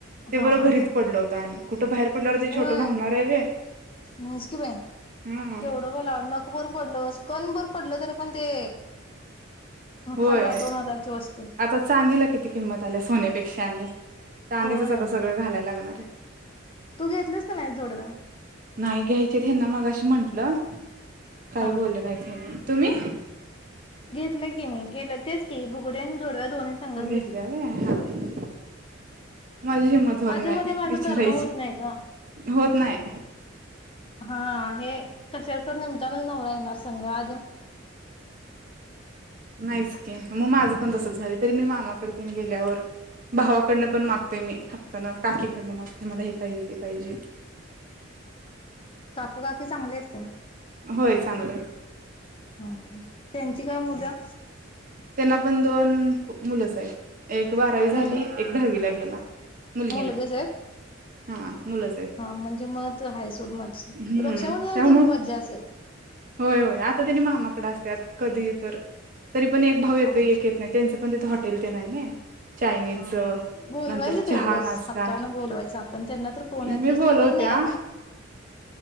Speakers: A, on the right; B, on the left.
A: ते
B: हा
A: बरं
B: हा
A: घरीच
B: हा
A: पडल होतं आणि कुठं बाहेर पडल्यावर ते
B: होय
A: छोटं घावणार
B: नाहीच
A: आहे वे
B: कि बाय
A: हा
B: केवढं मला नकभर पडल असं कणभर पडल तरी पण ते
A: होय
B: हजार दोन हजारची वस्तू
A: आता चांदीला किती किंमत आल्या सोन्यापेक्षा आणि चांदीचच
B: होय
A: आता
B: अगं
A: सगळं घालायला लागणार आहे
B: तू घेतलीस का नाही जोडव्या
A: नाही घ्यायचे ह्याना मगाशी म्हंटलं काही
B: हा
A: बोललं नाहीत हेनी तुम्ही?
B: घेतलं की मी गेलं. तेच की बुगड्यांनी जोडव्या. दोन् संघ घेतली
A: घेतल्या व्हय हा हा माझी हिंमत होत
B: आधी
A: नाही
B: मध्ये माझ
A: विचारायची
B: करण होत नाही ग.
A: होत नाही.
B: हा, हे कशाच तर नेमताना नवरा येणार संघा.
A: नाहीच की मग माझं पण तस झालं तरी मी मामा ड गेल्यावर भावाकडनं पण मागतोय मी हक्कन काकीकडनं मागतो. ते मला हे पाहिजे ते पाहिजे.
B: काकू काकी चांगले आहेत का?
A: होय चांगलेत
B: ह थँक. काय मुलं?
A: त्यांना पण दोन मुलंच आहेत? एक बारावी झाली,
B: मुल
A: एक दहावीला गेली. गेला. मुलगी
B: मुलगेच
A: नाही
B: आहेत
A: हा मुलंच आहेत.
B: हा म्हणजे मत आहे सोड माझी
A: हम्म
B: रक्षाबंधनला
A: त्यामूळ
B: तुझी मज्जा असेल.
A: होय होय आता त्यानी मामाकड असत्यात. कधी तर तरी. पण एक भाऊ येतो
B: हा
A: एक येत नाही. त्यांचं पण तिथे हॉटेल तेन हाय नई. चायनीजचं
B: हा बोलवायचं
A: नंतर
B: तेवढंच
A: चहा नाश्ता
B: हक्कानं बोलवायचं आपण त्यांना तर कोण आहे
A: मी
B: दुसरी
A: बोलवत्या
B: बहीण नाही आहे ना.